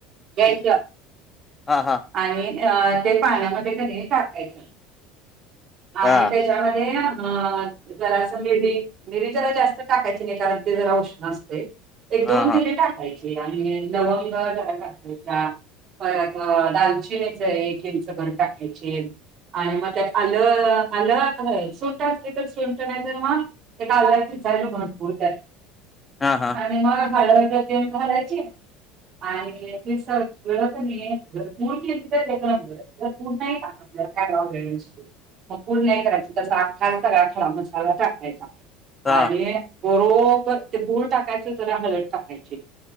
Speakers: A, on the right (about 50°); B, on the left (about 20°).
A: घ्यायच्या
B: हा हा
A: आणि ते पाण्यामध्ये कनी टाकायचं
B: हा
A: आणि त्याच्यामध्ये
B: हा
A: अ जरास मिरी मिरी जरा जास्त टाकायची नाही कारण ते जरा उष्ण असतंय एक
B: हा
A: दोन मिरी टाकायची आणि लवंग जरा टाकायच्या परत दालचिनीच एक इंच भर टाकायची आणि मग त्यात पा आलं आलं हे सुंट असली तर सुंट नाही तर मग ते घालायचं ठेचायचं भरपूर त्यात
B: हा हा
A: आणि मग <unintelligible> घालायची आणि ते सगळं कनी <unintelligible> पूड नाही टाकायची आपल्याला काय ओ ह्यो विषय मग पूड नाही करायची तस आखाचं सगळा खडा मसाला टाकायचा
B: हा
A: आणि बरोबर ते गूळ टाकायच जरा हळद टाकायची